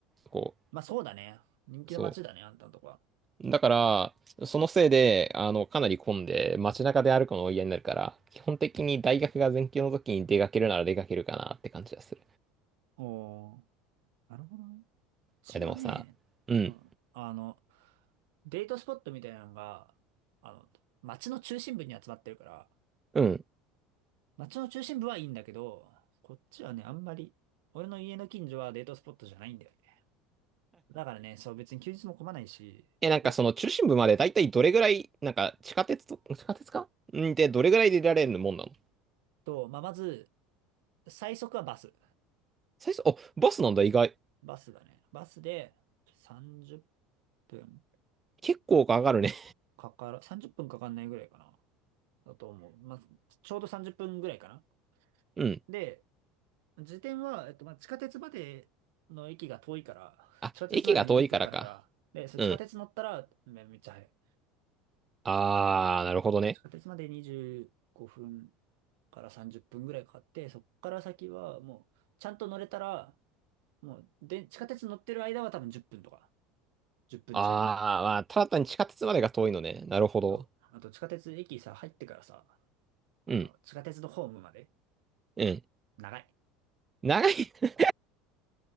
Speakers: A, on the right; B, on the right.
A: こ
B: まあそうだね。人気の街だね、
A: う、そ
B: あんたのとこは。
A: う。だから、そのせいで、あの、かなり混んで、街中で歩くのが嫌になるから、基本的に大学が全休の時に出かけるなら出かけるかなって感じです。
B: おー、なるほどね。うちはね、
A: や、でもさ、うん、
B: うん、あの、デートスポットみたいなのが、あの、街の中心部に集まってるから、
A: うん。
B: 街の中心部はいいんだけど、こっちはね、あんまり、俺の家の近所はデートスポットじゃないんだよね。だからね、そう別に休日も混まないし、
A: え、なんかその中心部までだいたいどれぐらい、
B: おっ
A: なんか地下鉄と、地下鉄かうんで、どれぐらいで出られるもんなの
B: と、まあ、まず、最速はバス。
A: 最初、お、バスなんだ、意外。
B: バスだね。バスで30分
A: 結構かかるね。
B: かから、30分かかんないぐらいかな。だと思う。まあ、ちょうど30分ぐらいかな。
A: <laughs> うん。
B: で、時点は、えっと、まあ、地下鉄までの駅が遠いから、
A: あ、
B: 地下鉄まで20分かかるから、
A: 駅が遠いからか。
B: で、それ地下鉄乗ったらめ、
A: うん。
B: めっちゃ早い。
A: あー、なるほどね。
B: 地下鉄まで25分から30分ぐらいかかって、そっから先はもう、ちゃんと乗れたら、もう、で、地下鉄乗ってる間は多分10分とか、10分ちょいぐらい。
A: あー、まあ、ただ単に地下鉄までが遠いのね。なるほど。
B: そう。あと、地下鉄駅さ、入ってからさ、あの、
A: うん、
B: 地下鉄のホームまで、
A: うん。
B: 長い。
A: 長い、<laughs>